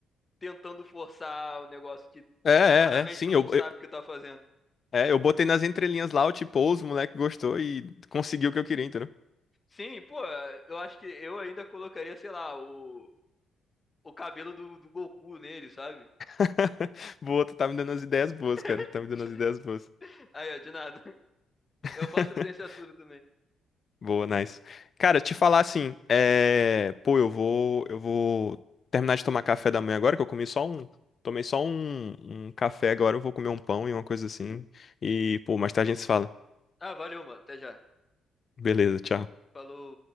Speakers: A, on the left (about 25°); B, on the left (about 45°).
A: tentando forçar o negócio que
B: É, é,
A: claramente
B: é. Sim,
A: tu não
B: eu,
A: sabe
B: eu-
A: o que tá fazendo.
B: é, eu botei nas entrelinhas lá, o tipou, os moleque gostou e conseguiu o que eu queria, entendeu?
A: Sim, pô, eu acho que eu ainda colocaria, sei lá, o, o cabelo do, do Goku nele, sabe?
B: <laughs> Boa, tu tá me dando as ideias boas, cara.
A: <laughs>
B: Tá me dando as ideias boas.
A: Aí, ó, de nada.
B: <laughs>
A: Eu faço licenciatura também.
B: Boa, nice. Cara, te falar assim, é... pô, eu vou, eu vou terminar de tomar café da manhã agora, que eu comi só um, tomei só um, um café agora, eu vou comer um pão e uma coisa assim. E, pô, mais tarde a gente se fala.
A: Ah, valeu, mano. Até já.
B: Beleza, tchau.
A: Falou.